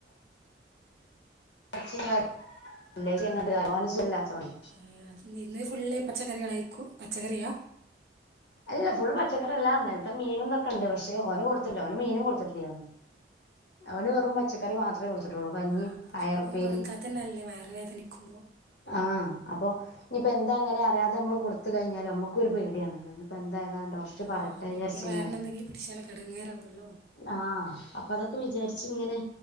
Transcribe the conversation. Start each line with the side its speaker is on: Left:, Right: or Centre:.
Left: <unintelligible>
Right: എയത് നിബ് ഇന്ന് ഫുള്ള് പച്ചക്കറികളായ്ക്കു പച്ചക്കറിയാ
Left: അല്ല ഫുൾ പച്ചക്കറി അല്ല ന്നലത്തെ മീനുംത് ക്കെണ്ട് പക്ഷെ ഓന് കൊടുത്തില്ല ഓന് മീനും കൊടുത്തിട്ടില്ലന്ന് അവന് വെറും പച്ചക്കറി മാത്ര കൊടുത്തി ത്തിട്ടൊള്ളു കഞ്ഞീം
Right: ആ ഭക്ഷണമൊന്നും
Left: പയറുപ്പേരിം
Right: കൊടുക്കാത്ത തന്നെയല്ലേ വയറ് വേദനിക്കുമ്പോൾ
Left: ആ അപ്പൊ ഇനിപ്പോ എന്താങ്ങനെ അറിയാതെ നമ്മൾ ക്ക് കയ്ഞ്ഞാലൊ മ്മുക് ക്കൊരു പേടിയാണ് അയ്ന്പ്പൊ എന്താ ഏതാ ഡോക്ട്
Right: ആ,
Left: പറട്ടെ
Right: പിന്നെ
Left: വിചാരിച്ചന്നേ
Right: വയറിന് എന്തെങ്കിലും പിടിച്ചാലൊക്കെ ഇടങ്ങേറാവുമല്ലോ
Left: ആ അപ്പൊ അതൊക്കെ വിചാരിച്ച ച്ച് ങ്ങനെ